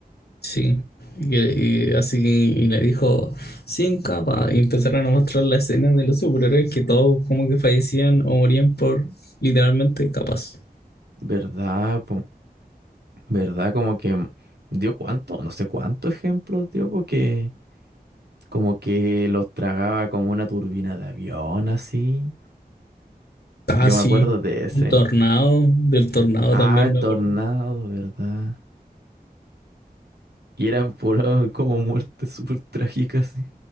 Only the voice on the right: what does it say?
¿Verdad? ¿Verdad? Como que dio cuánto, no sé cuántos ejemplos dio, porque como que los tragaba como una turbina de avión, así.
Yo
me acuerdo de ese.
Ah,
tornado,
¿verdad? Y eran puras como muertes súper trágicas, sí.